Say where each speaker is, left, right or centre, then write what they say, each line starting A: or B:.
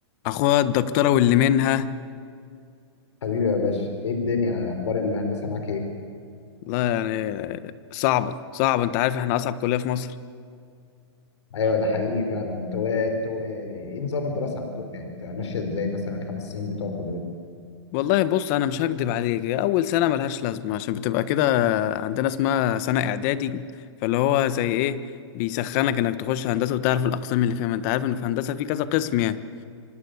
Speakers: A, on the left; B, on the left.
A: اخويا الدكتوره واللي منها
B: حبيبي يا باشا ايه الدنيا اخبار الهندسه معاك ايه
A: لا يعني صعبه صعبه انت عارف احنا اصعب كليه في مصر
B: ايوه ده حقيقي فعلا انتوا انتوا ايه نظام الدراسه عندكم يعني بتبقى ماشيه ازاي مثلا الخمس سنين بتوعكم دول
A: والله بص انا مش هكدب عليك هي اول سنه ملهاش لازمه عشان بتبقى كده عندنا اسمها سنه اعدادي فاللي هو زي ايه بيسخنك انك تخش هندسه وتعرف الاقسام اللي فيها ما انت عارف ان في هندسه في كذا قسم يعني